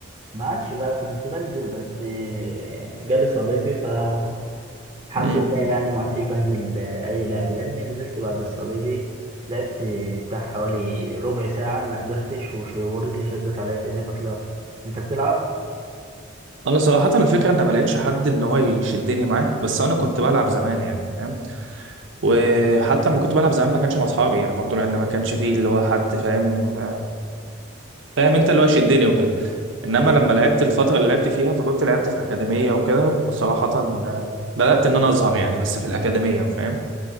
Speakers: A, on the right (about 30°); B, on the right (about 70°).
A: ما عادش بقى كنت بنزل بس آه، جالي صليبي فالحمد
B: امم
A: لله يعني ما كنتش بنزل آه، اي لعب لاني نزلت بعد الصليبي لعبت بتاع حوالي ربع ساعة ما قدرتش وش- ورجلي شدت عليا تاني فطلعت انت بتلعب؟
B: انا صراحه الفكره ان ما لقيتش حد ان هو يشدني معاه بس انا كنت بلعب زمان يعني فاهم؟ وحتى لما كنت بلعب زمان ما كانش مع اصحابي يعني برضه لان ما كانش فيه اللي هو حد فاهم فاهم انت اللي هو شدني وكده انما
A: ايوه
B: لما لعبت الفتره اللي لعبت فيها فكنت لعبت في اكاديميه وكده وصراحه آه، بدات ان انا اظهر يعني بس في الاكاديميه فاهم